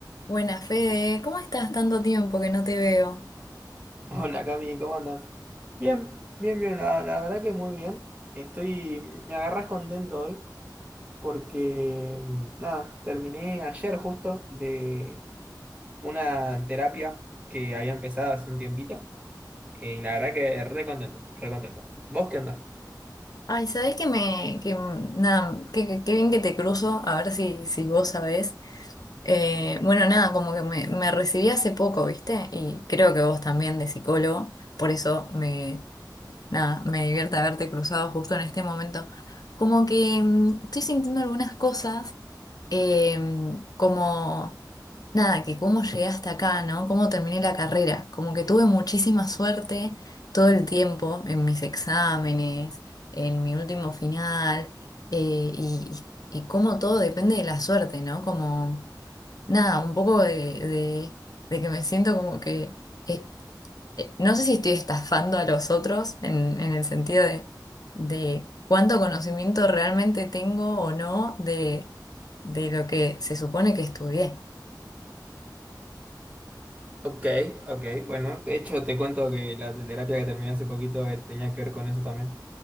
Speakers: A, on the left; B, on the right.
A: Buenas, Fede, ¿cómo estás? Tanto tiempo que no te veo.
B: Hola Cami, ¿cómo andas? Bien, bien, bien, la, la verdad que muy bien. Estoy, me agarras contento hoy porque, mm, nada, terminé ayer justo de una terapia que había empezado hace un tiempito eh, y la verdad que re contento, re contento. ¿Vos qué andás?
A: Ay, ¿sabés que me, que, mm, nada, qué qué- qué bien que te cruzo, a ver si, si vos sabés. Eh, bueno, nada, como que me, me recibí hace poco, ¿viste? Y creo que vos también de psicólogo, por eso me, nada, me divierte haberte cruzado justo en este momento. Como que mm, estoy sintiendo algunas cosas em, como, nada, que cómo llegué hasta acá, ¿no? Cómo terminé la carrera. Como que tuve muchísima suerte todo el tiempo en mis exámenes, en mi último final, eh, y, y, y cómo todo depende de la suerte, ¿no? Como, nada, un poco de, de, de que me siento como que... eh, eh, no sé si estoy estafando a los otros en, en el sentido de, de cuánto conocimiento realmente tengo o no de, de lo que se supone que estudié.
B: Ok, ok, bueno, de hecho te cuento que la terapia que terminé hace poquito eh, tenía que ver con eso también.